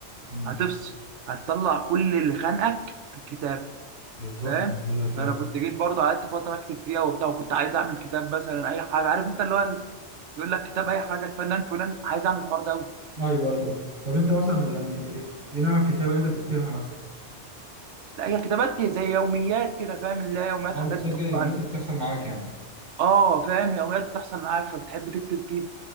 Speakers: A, on the right (about 60°); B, on the right (about 80°).
A: أمم.
B: هتفصل هتطلع كل اللي خانقك في الكتاب
A: بالظبط
B: فاهم
A: كده فعلا
B: فانا كنت جيت برضه قعدت فتره اكتب فيها وبتاع وكنت عايز اعمل كتاب مثلا اي حاجه عارف انت اللي هو يقول لك كتاب اي حاجه الفنان فلان عايز اعمل الحوار ده قوي
A: ايوه ط- طب انت مثلا بت- يعني ايه إيه نوع الكتابه اللي انت بتكتبها مثلا؟
B: لا هي كتابات زي يوميات كده فاهم اللي هي يوميات
A: ما
B: حاجات
A: بتسجل
B: بتخط
A: اليومات
B: عليك
A: اللي بتحصل معاك يعني
B: اه فاهم يوميات بتحصل معاك فبتحب تكتب فيها